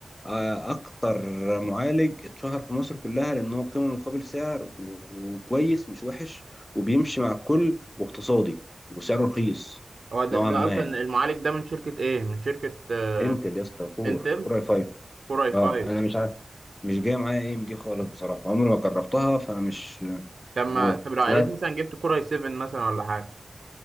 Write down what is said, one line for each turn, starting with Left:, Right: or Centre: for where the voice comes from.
Left: آه، أكتر معالج اتشهر في مصر كلها لأن هو قيمة مقابل سعر وكويس مش وحش وبيمشي مع الكل واقتصادي وسعره رخيص
Right: هو ده,
Left: نوعا
Right: ده
Left: ما
Right: اصلا المعالج ده من شركه ايه من شركه آه،
Left: انتل يا اسطى كور
Right: انتل
Left: كور اي 5
Right: كور اي
Left: اه
Right: 5
Left: انا مش عارف مش جايه معايا اي ام دي خالص بصراحه عمري ما جربتها فانا مش
Right: طب
Left: وسمعت
Right: ما طب لو قالت مثلا جبت كور اي 7 مثلا ولا حاجه